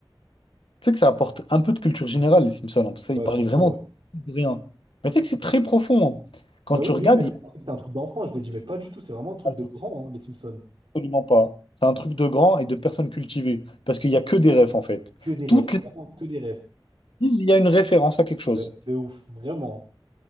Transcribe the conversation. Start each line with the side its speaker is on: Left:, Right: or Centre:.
Left: sais que ça apporte un peu de culture générale, les Simpsons. hein, parce qu'ils
Right: Ouais,
Left: parlaient
Right: franchement,
Left: vraiment
Right: ouais.
Left: de rien. Mais tu sais que c'est très profond. hein. Quand
Right: Bah
Left: tu
Right: oui,
Left: regardes,
Right: lui, il a
Left: il
Right: pensé que c'était un truc d'enfant. Je lui ai dit, mais pas du tout, c'est vraiment un truc
Left: y a-
Right: de grand, hein, les Simpsons.
Left: Absolument pas. C'est un truc de grand et de personnes cultivées. Parce qu'il n'y a que des refs, en fait.
Right: Que des rêves,
Left: Toutes
Right: c'est
Left: les
Right: vraiment que des rêves.
Left: prises, il y a une référence à quelque chose.
Right: Ouais. De ouf, vraiment.